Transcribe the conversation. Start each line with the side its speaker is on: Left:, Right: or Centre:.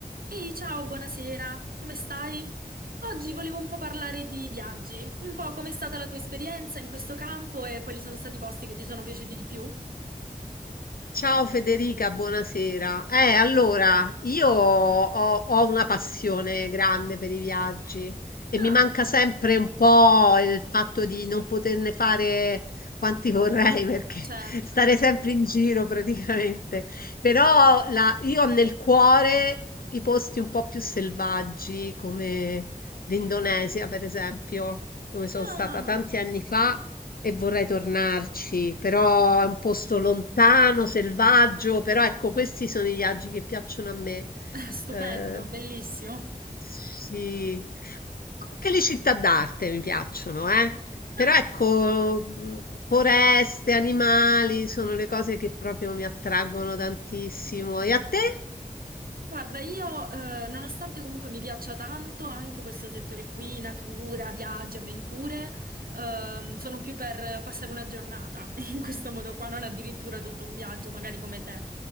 Right: Ehi, ciao, buonasera, come stai? Oggi volevo un po' parlare di viaggi, un po' com'è stata la tua esperienza in questo campo e quali sono stati i posti che ti sono piaciuti di più?
Left: Ciao Federica, buonasera. Eh, allora, io ho, ho una passione grande per i viaggi e
Right: Ah,
Left: mi manca sempre un po' il fatto di non poterne fare quanti vorrei <laughs> perché
Right: certo.
Left: stare sempre in giro praticamente. Però la- io ho nel cuore i posti un po' più selvaggi come l'Indonesia, per esempio, dove sono
Right: Ah,
Left: stata tanti anni fa e vorrei tornarci, però è un posto lontano, selvaggio, però ecco, questi sono i viaggi che piacciono a me.
Right: <laughs> stupendo,
Left: Eh,
Right: bellissimo.
Left: sì, anche le città d'arte mi piacciono, eh. Però
Right: Ah.
Left: ecco, mh, foreste, animali sono le cose che proprio mi attraggono tantissimo.
Right: <laughs>
Left: E a te?
Right: Guarda, io, eh, nonostante comunque mi piaccia tanto anche questo settore qui, natura, viaggi, avventure, ehm, sono più per passare una giornata <laughs> in questo modo qua, non addirittura tutto un viaggio, magari come te.